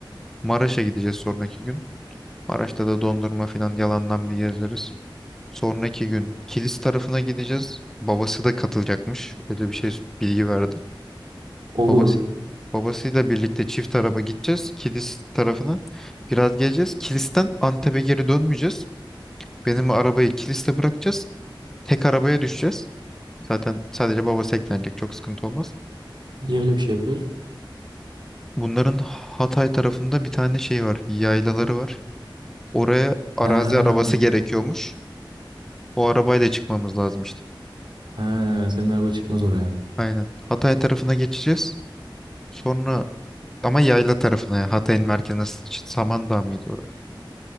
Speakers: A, in the centre; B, on the right (about 60°).
A: Maraş'a gideceğiz sonraki gün. Maraş'ta da dondurma falan yalandan bir gezeriz. Sonraki gün Kilis tarafına gideceğiz. Babası da katılacakmış. Öyle bir şey bilgi verdi.
B: Olur.
A: Babası, babasıyla birlikte çift araba gideceğiz. Kilis tarafına biraz geleceğiz. Kilis'ten Antep'e geri dönmeyeceğiz. Benim arabayı Kilis'te bırakacağız. Tek arabaya düşeceğiz. Zaten sadece babası eklenecek. Çok sıkıntı olmaz.
B: Niye öyle bir şey yapıyoruz?
A: Bunların Hatay tarafında bir tane şey var. Yaylaları var. Oraya arazi
B: He,
A: arabası gerekiyormuş. O arabayla çıkmamız lazım işte.
B: he, senin araba çıkmaz oraya.
A: Aynen. Hatay tarafına geçeceğiz. Sonra ama yayla tarafına yani Hatay'ın merkezine S- Samandağ mıydı orası?